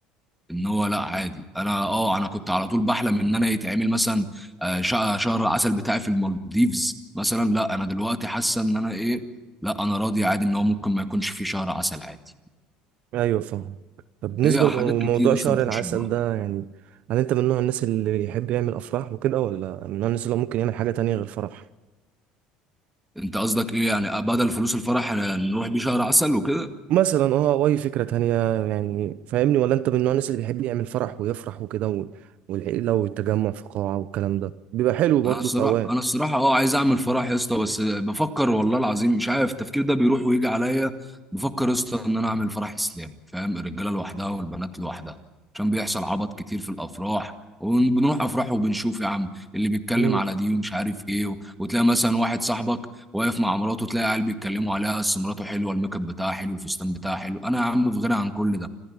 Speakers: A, in the centre; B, on the right (about 60°).
A: ان هو لا عادي انا اه انا كنت على طول بحلم ان انا يتعمل مثلا آه، شع- شهر عسل بتاعي في المالديفز مثلا لا انا دلوقتي حاسه ان انا ايه لا انا راضي عادي ان هو ممكن ما يكونش فيه شهر عسل عادي
B: ايوه فاهم طب بالنسبة
A: هي حاجات
B: لموضوع
A: كتير
B: شهر
A: اصلا بتخش
B: العسل
A: في بعض
B: ده يعني هل انت من نوع الناس اللي يحب يعمل افراح وكده ولا من نوع الناس اللي هو ممكن يعمل حاجة تانية غير فرح
A: انت قصدك ايه يعني آه، بدل فلوس الفرح آه، نروح بيه شهر عسل وكده
B: مثلا اه او اي فكره تانية يعني فاهمني ولا انت من نوع الناس اللي بيحب يعمل فرح ويفرح وكده و- والعيله والتجمع في قاعه والكلام ده بيبقى حلو برضه
A: انا الصراحه
B: في اوقات
A: انا الصراحه اه عايز اعمل فرح يا اسطى بس بفكر والله العظيم مش عارف التفكير ده بيروح ويجي عليا بفكر يا اسطى ان انا اعمل فرح اسلامي فاهم الرجاله لوحدها والبنات لوحدها عشان بيحصل عبط كتير في الافراح وبنروح افراح وبنشوف يا عم اللي بيتكلم
B: مم.
A: على دي ومش عارف ايه و... وتلاقي مثلا واحد صاحبك واقف مع مراته تلاقي عيال بيتكلموا عليها بس مراته حلوه الميك اب بتاعها حلو الفستان بتاعها حلو انا يا عم في غنى عن كل ده